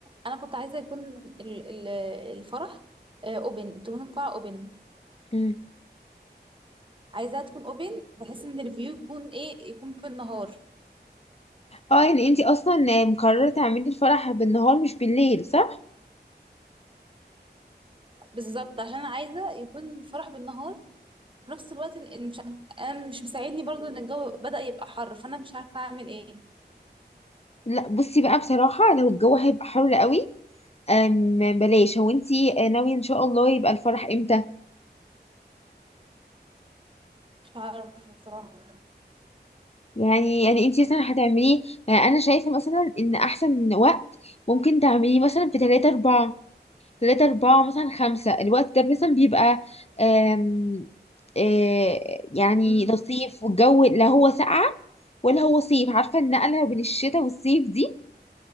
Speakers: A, on the right (about 30°); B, on the left (about 35°).
A: انا كنت عايزه يكون ال- ال- الفرح اوبن تكون القاعه اوبن
B: مم.
A: عايزاها تكون اوبن بحيث ان الفيو يكون ايه يكون بالنهار
B: اه يعني انتي اصلا آه، مقررة تعملي الفرح بالنهار مش بالليل صح؟
A: بالظبط عشان أنا عايزه يكون الفرح بالنهار في نفس الوقت إن إن مش انا مش مساعدني برضو ان الجو بدأ يبقى حر فانا مش عارفه اعمل ايه
B: لا بصي بقى بصراحة لو الجو هيبقى حر قوي آم، بلاش هو انتي آه، ناوية ان شاء الله يبقى الفرح امتى؟
A: مش عارفه بصراحه
B: يعني يعني انتي مثلا هتعمليه يعني انا شايفة مثلا ان احسن وقت ممكن تعمليه مثلا في 3 4 تلاتة أربعة مثلا خمسة الوقت ده مثلا بيبقى آم، آه، يعني
A: مم.
B: لطيف والجو لا هو ساقعة ولا هو صيف عارفة النقلة بين الشتاء والصيف دي